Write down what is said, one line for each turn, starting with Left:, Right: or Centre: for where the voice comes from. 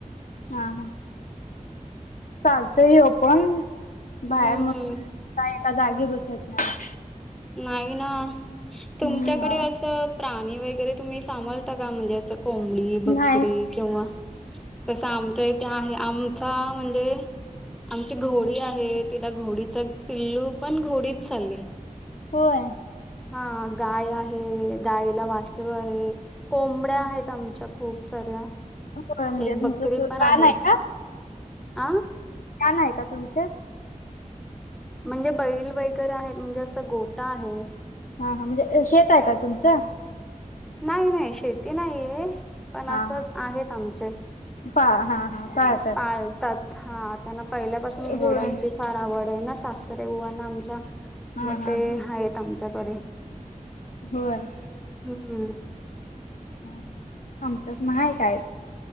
Left: हा चालतोय व्ह्यो पण बाहेर
Centre: हम्म
Left: म्ह का एका जागी बसत नाही
Centre: नाही ना तुमच्याकडे
Left: हम्म
Centre: असं प्राणी वगैरे तुम्ही सांभाळता का म्हणजे असं कोंबडी, बकरी
Left: नाही
Centre: किंवा तस आमच्या इथे आहे आमचा म्हणजे आमची घोडी आहे तिला घोडीचा पिल्लू पण घोडीच चालले
Left: होय.
Centre: हा गाय आहे गायला वासरू आहे. कोंबड्या आहेत आमच्या खूप साऱ्या,
Left: होय म्हणजे
Centre: एक
Left: तुमचं
Centre: बकरी पण आहे.
Left: कान का
Centre: आं
Left: <unintelligible> आहे का तुमचे?
Centre: म्हणजे बैल वगैरे आहेत म्हणजे असं गोठा आहे
Left: हा हा म्हणजे शेत आहे का तुमचं?
Centre: नाही नाही शेती नाहीये पण
Left: हा
Centre: असंच आहेत आमचे
Left: हा हा हा पाळ
Centre: पाळतात हा त्यांना पहिल्यापासून
Left: होय.
Centre: घोड्यांचे फार आवड आहे ना सासरे बुवांना आमच्या
Left: हा
Centre: मग
Left: हा
Centre: ते
Left: हा
Centre: आहेत आमच्याकडे
Left: होय.
Centre: हम्म.
Left: हा हा आमच्यात न्हाय काय